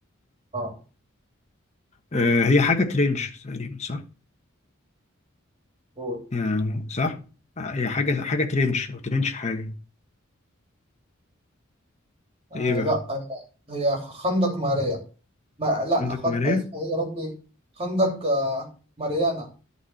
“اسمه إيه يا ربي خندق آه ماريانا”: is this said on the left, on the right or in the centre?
Right